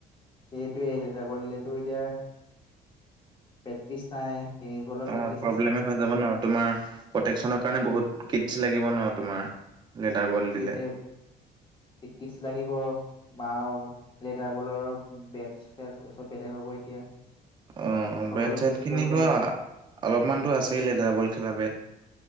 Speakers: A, on the left; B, on the right.
A: সেইটোৱেই লেটাবলিলেতটো এতিয়া প্ৰেক্টিচ নাই। টেনিছ বলৰ
B: অ
A: প্ৰেক্টিচ
B: প্ৰব্লেম
A: আছে।
B: হৈ যাব ন তোমাৰ প্ৰটেকচনৰ কাৰণে বহুত কিটছ লাগিব ন তোমাৰ। লেডাৰ বল
A: সেইটোৱে
B: দিলে
A: টিকিচ লাগিব। বা লেডাৰ বলৰ বেট চেটব বেলেগ হ'ব এতিয়া
B: অ
A: সকলো
B: বেট চেট
A: কিটছ
B: খিনি
A: ল'ব লাগিব
B: ধৰা অলপমানতো আছেই লেডাৰ বল খেলা বেট